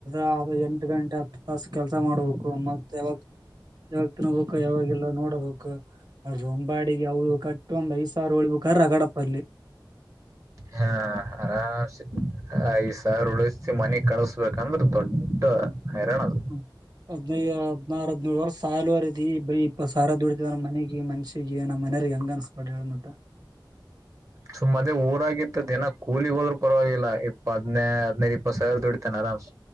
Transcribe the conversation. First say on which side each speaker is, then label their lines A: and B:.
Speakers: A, on the right (about 55°); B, on the right (about 40°).
A: ಅ ಎಂಟು ಗಂಟೆ ಹತ್ತು ತಾಸ ಕೆಲ್ಸ ಮಾಡ್ಬೇಕು ಮತ್ತ್ ಯಾವಾಗ ಯಾವಾಗ ತಿನ್ಬೇಕು ಯಾವಾಗಲ್ಲ ನೋಡಬೇಕು ಅ ಒಂಬಾಡಿಗೆ ಅವರು ಕಟ್ಟ ಒಂದ್ ಐದ್ ಸಾವಿರ ಉಳ್ಬೇಕಾರ ರಗಡಪ್ಪಲ್ಲಿ
B: ಹಾ ಆರಂಸೆ ಐದು ಸಾವಿರ ಉಳಿಸಿ ಮನೆಗ್ ಕಳಸ್ಬೇಕು ನಮ್ಮದು ದೊಡ್ಡ ಹೈರಾಣ ಅದು
A: ಹ್ಮ ಹದ್ನೈದು ಹದ್ನಾರು ಹದಿನೆಂಲ್ ಸಲದೇ ವರ್ಷ ಸಾಲುವರ್ ಬರಿ ಇ ಸಾರ ದುಡತವ ನಮ್ಮ ಮನೆಗೆ ಮನ್ಷೆ ಗ ನಮ್ಮ್ ಮನೆಯರ್ ಹೆಂಗ ಅನ್ಸ್ಬಡ್ ಹೇಳ ಮಂತ
B: ಸುಮ್ಮದೇ ಊರಾಗಿದ್ದು ದಿನ ಕೂಲಿಗೆಹೋದ್ರು ಪರವಾಗಿಲ್ಲ ಇಪ್ಪ ಹದನೇ ಹದ್ೈದು ಇಪ್ಪತ್ ಸಾವಿರ ದುಡಿತಾನೆ ಆರಂಸೆ